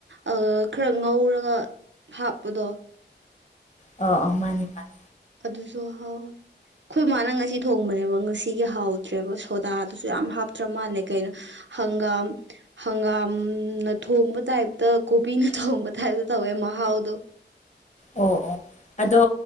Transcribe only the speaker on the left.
ꯑ ꯑ ꯃꯥꯅꯦ ꯃꯥꯅꯦ
ꯑꯣ ꯑꯣ ꯑꯗꯣ